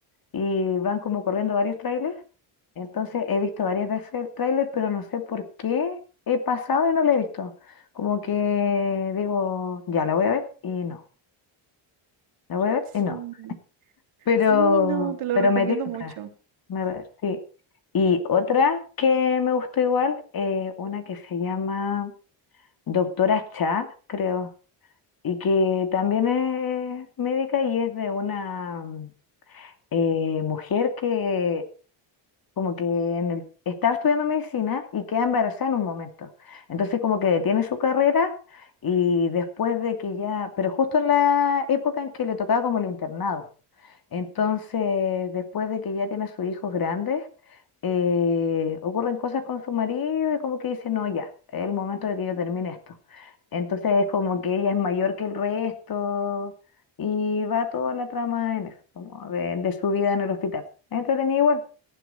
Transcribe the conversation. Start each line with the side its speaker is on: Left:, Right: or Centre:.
Left: y van como corriendo varios trailers. Entonces he visto varias veces el tráiler, pero no sé por qué he pasado y no lo he visto. Como que digo, ya la voy a ver y no, la voy a ver
Right: Sí,
Left: y no. Pero,
Right: sí, no, te lo
Left: pero
Right: recomiendo
Left: me tinta.
Right: mucho.
Left: Me, ver- sí. Y otra que me gustó igual, eh, una que se llama Doctora Cha, creo, y que también es médica y es de una mm, eh, mujer que como que en el- estaba estudiando medicina y queda embarazada en un momento. Entonces como que detiene su carrera y después de que ya, pero justo en la época en que le tocaba como el internado. Entonces, después de que ya tiene a sus hijos grandes, eh, ocurren cosas con su marido y como que dice, no, ya, es el momento de que yo termine esto. Entonces es como que ella es mayor que el resto y va toda la trama en eso, como de, de su vida en el hospital. Es Entretenida igual.